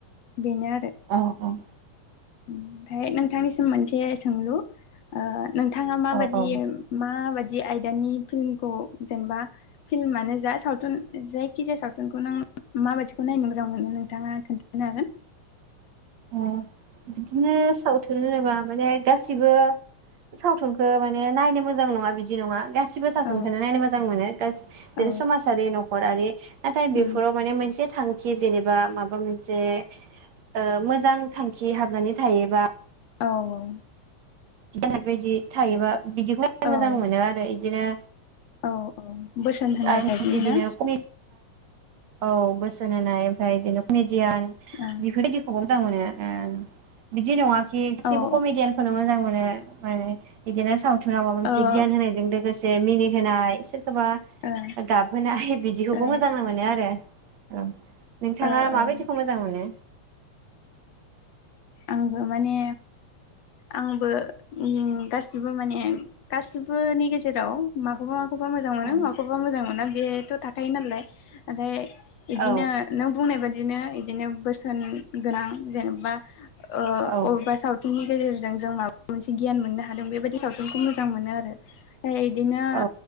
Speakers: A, on the left; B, on the right.
A: बेनो आरो
B: औ
A: ओमफ्राय नोंथांनिसिम मोनसे सोंलु नोंथाङा माबादि
B: औ औ
A: माबादि आयदानि फिल्मखौ जेनेबा फिल्मानो जा सावथुन जायखिजाया सावथुनखौ नों माबायदिखौ नायनो मोजां मोनो नोंथाङा खोन्थानो हागोन।
B: बिदिनो सावथुन होनोबा माने गासिबो सावथुनखौ माने नायनो मोजां नङा बिदि नङा गासिबो सावथुनखौनो
A: औ
B: नायनो मोजां मोनो जेरै
A: औ
B: समाजारि न' खरारि नाथाय बेफोराव
A: औ
B: माने मोनसे थां कि जेने बा माबा मोनसे ओ <unintelligible> मोजां थांखि हाबनानै थायोबा
A: औ औ
B: <unintelligible> थायोबा बिदिखौ
A: औ
B: मोजां मोनो आरो बिदिनो
A: औ औ बोसोन होनाय
B: आरो
A: टाइपनि
B: बिदिनो
A: ना
B: कमेडि औ बोसोन होनाय ओमफ्राय बिदिनो कमेडियान
A: ओ
B: बेफोरबायदिखौबो मोजां मोनो ओ बिदि नङा खि गासिबो
A: ओ
B: कमिडियानखौनो मोजां मोनो। माने बिदिनो सावथुन फोराव माबा मोनसे
A: ओ औ
B: गियान होनायजों लोगोसे मिनि होनाय सोरबा
A: औ ओ
B: गाबहोनाय बिदिखौबो
A: ओ
B: मोजां मोनो आरो ओम नोंथाङा
A: ओ
B: माबायदिखौ
A: ओ
B: मोजां मोनो?
A: आंबो माने आंबो गासिबो माने गासिबोनि गेजेराव माखौबा माखौबा मोजां मोनो
B: औ
A: माखौबा मोजां मोना बे थाखायो नालाय ओमफ्राय बिदिनो
B: औ
A: नों बुंनाय बादिनो बिदिनो बोसोन गोनां जेनेबा ओ
B: औ
A: अबेबा सावथुननि गेजेरजों जों माबा मोनसे गियान मोननो हादों बेबायदि सावथुनखौ मोजां मोजां मोनो आरो ओमफाय बिदिनो
B: औ